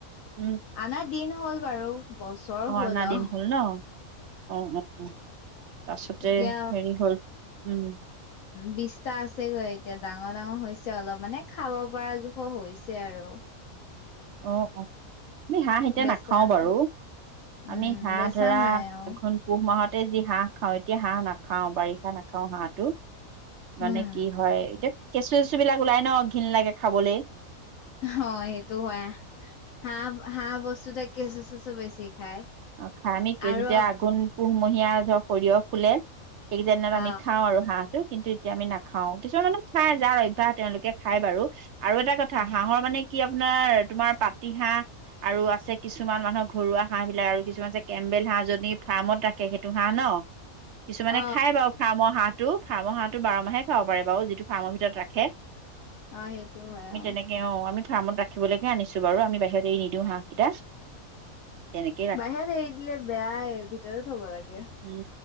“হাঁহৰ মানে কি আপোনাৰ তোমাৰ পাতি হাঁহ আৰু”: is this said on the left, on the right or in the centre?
Right